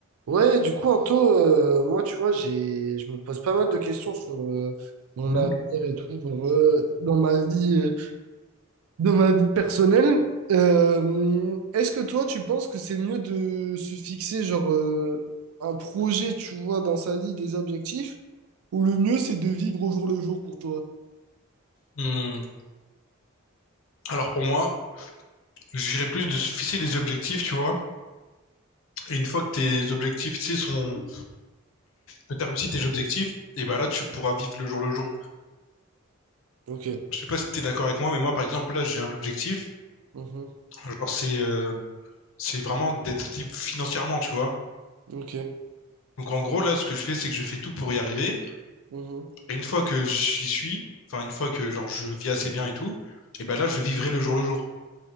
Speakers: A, on the right; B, on the left.
A: Ouais, du coup, Anto, euh, moi, tu vois, j'ai, je me pose pas mal de questions sur euh, mon
B: Mhm.
A: avenir et tout, genre, euh, dans ma vie, euh, dans ma vie personnelle. Euh, est-ce que toi, tu penses que c'est mieux de se fixer, genre, euh, un projet, tu vois, dans sa vie, des objectifs, ou le mieux, c'est de vivre au jour le jour pour toi?
B: Hmm, Alors pour moi, j'irais plus de se fixer des objectifs, tu vois. Et une fois que tes objectifs, tu sais, sont... que t'as réussi tes objectifs, et ben là, tu pourras vivre le jour le jour.
A: Ok,
B: Je sais pas si t'es d'accord avec moi, mais moi, par exemple, là, j'ai un objectif.
A: mhm,
B: Genre, c'est euh, c'est vraiment d'être libre financièrement, tu vois.
A: ok,
B: Donc en gros, là, ce que je fais, c'est que je fais tout pour y arriver.
A: mhm.
B: Et une fois que j'y suis, enfin, une fois que, genre, je vis assez bien et tout, et ben là, je vivrai le jour le jour.